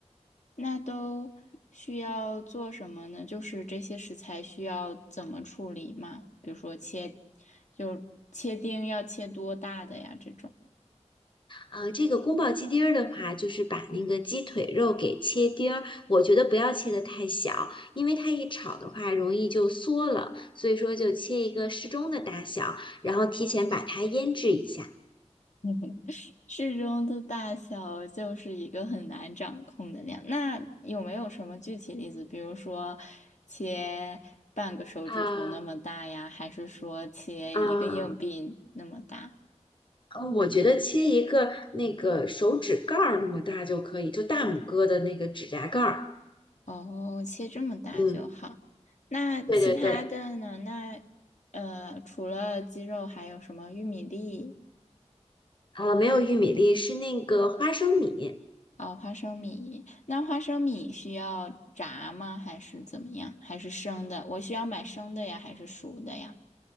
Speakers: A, on the left (about 85°); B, on the left (about 45°).
A: 那都需要做什么呢？就是这些食材需要怎么处理吗？比如说切，就切丁要切多大的呀？这种
B: 呃，这个宫保鸡丁儿的话，就是把那个鸡腿肉给切丁儿，我觉得不要切得太小，因为它一炒的话容易就缩了，所以说就切一个适中的大小，然后提前把它腌制一下。
A: <laughs> 适中的大小就是一个很难掌控的量。那有没有什么具体例子？比如说切半个手指头那么大呀，
B: 啊
A: 还是说切一个硬币那么大？
B: 啊，呃我觉得切一个那个手指盖儿那么大就可以，就大拇哥的那个指甲盖儿。
A: 哦，切这么大就好。
B: 嗯，
A: 那其他的呢？
B: 对对对，
A: 那呃，除了鸡肉，还有什么玉米粒
B: 啊，没有玉米粒，是那个花生米。
A: 哦，花生米。那花生米需要炸吗？还是怎么样？还是生的？我需要买生的呀，还是熟的呀？